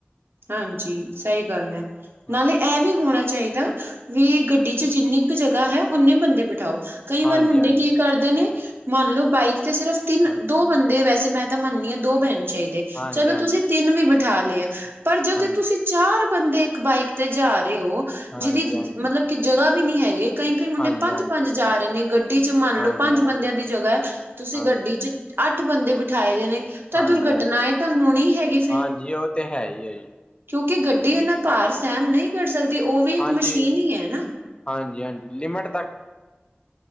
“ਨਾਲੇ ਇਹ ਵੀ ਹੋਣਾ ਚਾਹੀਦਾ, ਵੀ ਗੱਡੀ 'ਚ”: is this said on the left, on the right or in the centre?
Right